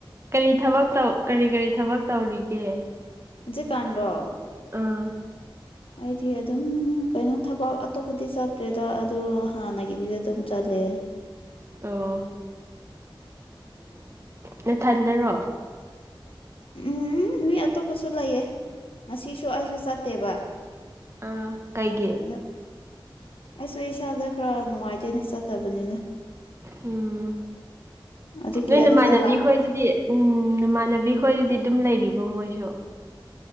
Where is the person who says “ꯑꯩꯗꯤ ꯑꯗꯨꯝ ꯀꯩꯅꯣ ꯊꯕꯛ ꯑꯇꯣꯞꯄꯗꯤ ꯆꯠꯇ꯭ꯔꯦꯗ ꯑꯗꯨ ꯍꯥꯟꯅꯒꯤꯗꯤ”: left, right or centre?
Left